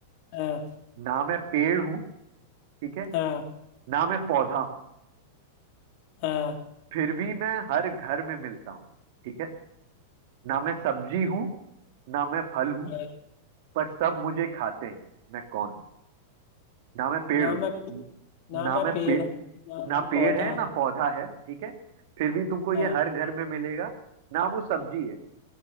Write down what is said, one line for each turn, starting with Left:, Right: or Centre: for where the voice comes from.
Left: हाँ
Right: ना मैं पेड़ हूँ ठीक है
Left: हाँ
Right: ना मैं पौधा हूँ
Left: हाँ
Right: फिर भी मैं हर घर में मिलता हूँ ठीक है ना मैं सब्जी हूँ ना मैं फल हूँ
Left: हाँ।
Right: पर सब मुझे खाते हैं मैं कौन हूँ ना मैं पेड़
Left: ना
Right: हूँ
Left: मैं ना
Right: ना
Left: मैं
Right: मैं
Left: पेड़
Right: पे,
Left: हूँ ना
Right: ना
Left: मैं पौधा
Right: पेड़ है
Left: हूँ
Right: ना पौधा है ठीक है फिर भी तुमको ये
Left: हाँ
Right: हर घर में मिलेगा ना वो सब्जी है